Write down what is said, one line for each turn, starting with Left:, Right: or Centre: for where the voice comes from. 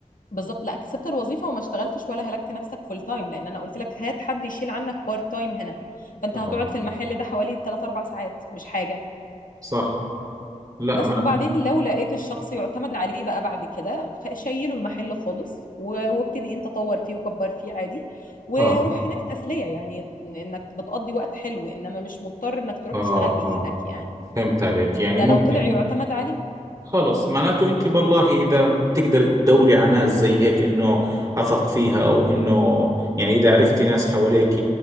Left: بالظبط لا كسبت الوظيفه وما اشتغلتش ولا هلكت نفسك فول تايم لان انا قلت لك هات حد يشيل عنك بارت تايم هنا فانت
Right: آه
Left: هتقعد في المحل ده حوالي 3 4 ساعات مش حاجه
Right: صح لا
Left: بس
Right: معناته
Left: وبعدين لو لقيت الشخص يعتمد عليه بقى بعد كده خ- شيله المحل خالص و- وابتدي انت طور فيه وكبر فيه عادي وروح
Right: آه
Left: هناك تسليه يعني انك بتقضي وقت حلو انما مش مضطر انك تروح
Right: آه
Left: تشتغل
Right: آه
Left: بايدك يعني
Right: فهمت عليك يعني
Left: ده
Right: ممكن
Left: لو طلع يعتمد عليه
Right: خلص معناته انت بالله اذا بتقدر تدوري على ناس زي هيك انه اثق فيها او انه يعني اذا عرفتي ناس حواليك